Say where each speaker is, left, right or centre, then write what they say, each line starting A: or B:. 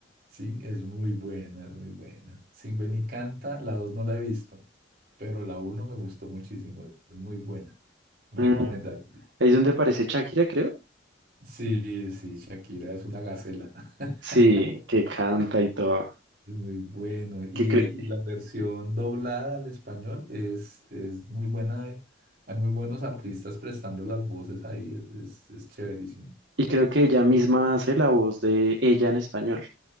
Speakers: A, on the right; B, on the right.
A: Sí, es muy buena, es muy buena. Sin Ven y Canta, la 2 no la he visto, pero la uno me gustó muchísimo, es muy buena. Recomendar.
B: Mm, Ahí es donde aparece Shakira, creo.
A: Sí, sí, Shakira es una gacela, <laughs>
B: Sí, que canta y todo.
A: es muy bueno. Y,
B: Que cre-
A: y la versión doblada al español es, es muy buena, eh, hay muy buenos artistas prestando las voces ahí, es, es, es chéverísimo.
B: y creo que ella misma hace la voz de ella en español.